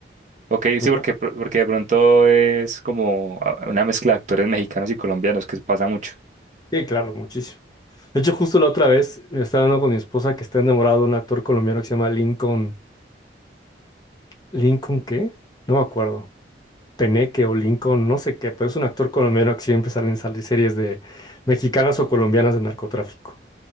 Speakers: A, on the right; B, on the left.
A: Ok, sí,
B: una-
A: porque, pr- porque de pronto es como ah, una mezcla de actores mexicanos y colombianos que pasa mucho.
B: Sí, claro, muchísimo. De hecho, justo la otra vez estaba hablando con mi esposa que está enamorado de un actor colombiano que se llama Lincoln. ¿Lincoln qué? No me acuerdo. Peneque o Lincoln, no sé qué, pero es un actor colombiano que siempre sale en sal- series de mexicanas o colombianas de narcotráfico.